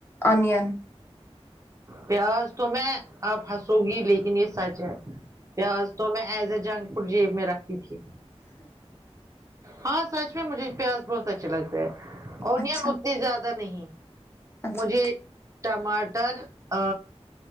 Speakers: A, on the left (about 20°); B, on the right (about 30°).
A: انین
B: پیاز تو میں آپ ہنسو گی لیکن یہ سچ ہے پیاز تو میں ایز اے جنک فڈ جیب میں رکھتی تھی ہاں سچ میں مجھے پیاز بہت اچھے لگتا ہے اونین
A: اچھا
B: اتنی زیادہ نہیں
A: اچھا
B: مجھے
A: اچھا
B: ٹماٹر ا